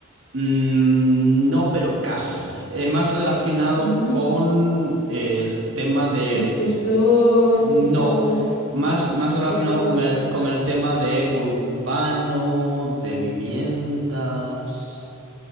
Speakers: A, on the right; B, on the left.
A: Mm, No, pero casi. Eh, más relacionado
B: ujú.
A: con eh, el tema de...
B: Escultor,
A: No,
B: pintor,
A: más, más
B: escritor.
A: relacionado con el, con el tema de urbano, de viviendas.